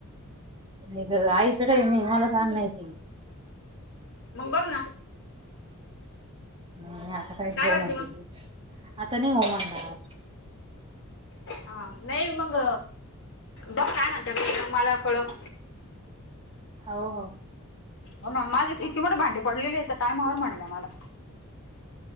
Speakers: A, on the right (about 25°); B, on the left (about 60°).
A: नाही गं आईच काही नाही. मला काम नाहिती
B: मग बघ ना
A: व्हय? आता काय झव
B: करते
A: म्हणत्याती.
B: मग
A: आता नाही हो म्हणणार.
B: हा नाही मंग बघ काय म्हणतात, आणि मला कळव.
A: हो, हो.
B: हो, ना माझे इतकी मोठं भांडे पडलेले आहेत. काम आवर म्हणल्या मला.